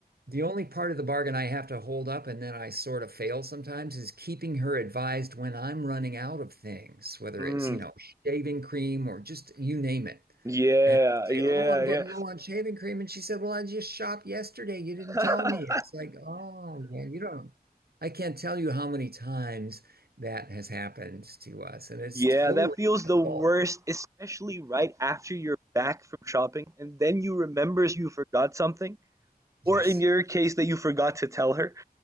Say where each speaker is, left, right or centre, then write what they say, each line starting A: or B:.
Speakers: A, on the right; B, on the right.
A: The only part of the bargain I have to hold up and then I sort of fail sometimes is keeping her advised when I'm running out of things, whether
B: Mm,
A: it's, you know, shaving cream or just you name it.
B: yeah,
A: And I'll say,
B: yeah,
A: Oh, I'm getting low on shaving cream. And she said, Well, I just shopped yesterday. You didn't
B: yeah.
A: tell me.
B: <laughs>
A: It's like, Oh, yeah, you don't. I can't tell you how many times that has happened to us. And it's
B: Yeah,
A: totally
B: that feels the
A: my
B: worst,
A: fault.
B: especially right after you're back from shopping and then you remember you forgot something,
A: Yes.
B: or in your case, that you forgot to tell her.